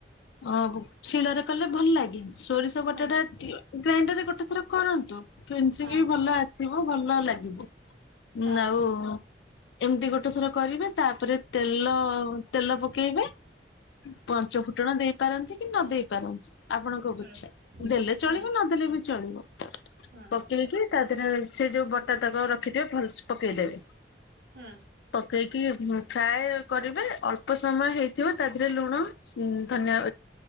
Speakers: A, on the left; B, on the right.
A: ଅଵ୍ ଶିଳରେ କଲେ ଭଲ ଲାଗେ ସୋରିଷ ବଟାଟା
B: ହୁଁ
A: ଗୀ ଗ୍ରାଇଣ୍ଡରରେ ଗୋଟେ ଥର କରନ୍ତୁ। ଫିନିସିଂ
B: ହୁଁ
A: ବି ଭଲ ଆସିବ ଭଲ ଲାଗିବ
B: ହୁଁ
A: ମ ଆଉ ଏମିତି ଗୋଟେ ଥର କରିବେ ତାପରେ ତେଲ ତେଲ ପକେଇବେ ପଞ୍ଚ ଫୁଟଣ ଦେଇ ପାରନ୍ତି କି ନ ଦେଇ ପାରନ୍ତି ଆପଣଙ୍କ ବୁଛା
B: ହୁଁ
A: ଦେଲେ ଚଳିବ
B: ହୁଁ
A: ନଦଲେ ବି ଚଳିବ।
B: ହୁଁ
A: ପକେଇକି ତା ଦେହରେ ସେ ଯୋଉ ବଟା ତାକ ରଖିଥିବେ ଭଲସ ପକେଇଦେବେ।
B: ହୁଁ।
A: ପକେଇକି ଉଂ ଫ୍ରାଏ କରିବେ ଅଳ୍ପ ସମୟ ହେଇଥିବ ତା ଦେହରେ ଲୁଣ ହୁଁ ଧନ୍ୟଆ